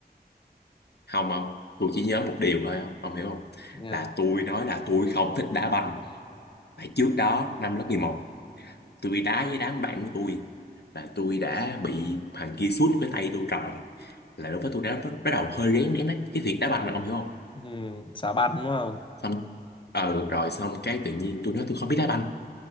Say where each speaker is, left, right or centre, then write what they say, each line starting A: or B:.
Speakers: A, on the left; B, on the left.
A: không không tôi chỉ nhớ một điều thôi không ông hiểu không
B: nha
A: là tôi nói là tôi không thích đá banh tại trước đó năm lớp mười một tôi đá với đám bạn của tôi là tôi đã bị thằng kia sút cái tay tôi rồi là đối với tôi đã bắt bắt đầu hơi rén rén đấy cái việc đá banh là ông hiểu không
B: ừ, xà banh đúng không
A: xong ờ rồi xong cái tự nhiên tôi nói tôi không biết đá banh